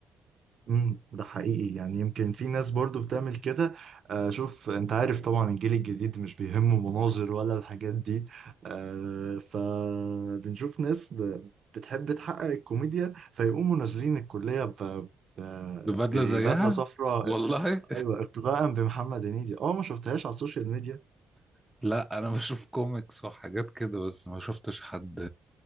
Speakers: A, on the right; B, in the centre.
A: مم، ده حقيقي يعني يمكن في ناس برضو بتعمل كده آه شوف انت عارف طبعا الجيل الجديد مش بيهمه مناظر ولا الحاجات دي آه فبنشوف ناس ب- بتحب تحقق الكوميديا فيقوموا نازلين الكلية ب... ب-
B: ببدله
A: ببدلة
B: زيها
A: صفراء
B: والله
A: ايوه اقتداء بمحمد هنيدي اه ما شفتهاش على السوشيال ميديا
B: <laughs> لا انا بشوف كوميكس وحاجات كده بس ما شفتش حد